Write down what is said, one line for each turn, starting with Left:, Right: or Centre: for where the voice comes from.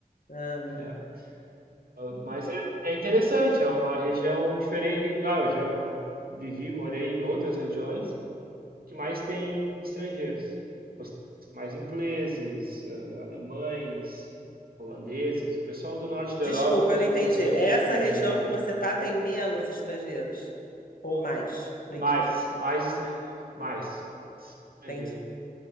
Left: Ah, meu
Right: né?
Left: Deus.
Right: Ah, Mas é, é interessante, é uma região diferente. Legal, eu já vivi, morei em outras regiões que mais tem estrangeiros. Os- Mais ingleses, eh, alemães, holandeses, o pessoal do norte da
Left: Desculpa,
Right: Europa que,
Left: eu não entendi.
Right: consequentemente,
Left: É Essa
Right: tem mais
Left: região
Right: dinheiro.
Left: que você tá tem menos estrangeiros ou mais? Não
Right: Mais,
Left: entendi.
Right: mais estrangeiros, mais estrangeiros.
Left: Entendi.